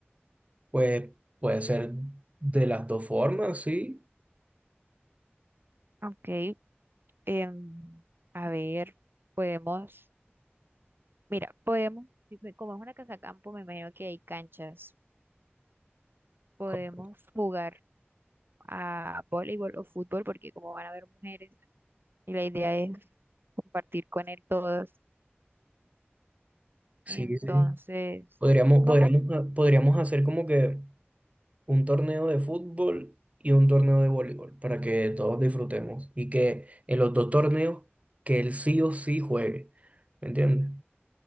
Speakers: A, on the right; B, on the right.
A: Pues puede ser de las dos formas, sí.
B: Ok, em, a ver, podemos, mira, podemos, si me- como es una casa campo, me imagino que hay canchas, podemos
A: Como-
B: jugar a voleibol o fútbol porque como van a haber mujeres y la idea es compartir con él todas.
A: Sí,
B: Entonces,
A: sí. sí. Podríamos,
B: ¿cómo?
A: podríamos, ha- podríamos hacer como que un torneo de fútbol y un torneo de voleibol para que todos disfrutemos y que en los dos torneos que él sí o sí juegue. ¿Me entiendes?